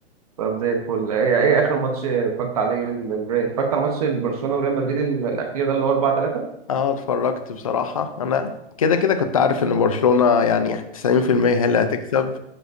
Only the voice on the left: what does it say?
اه اتفرجت بصراحه انا كده كده كنت عارف ان برشلونه يعني 90% هي اللي هتكسب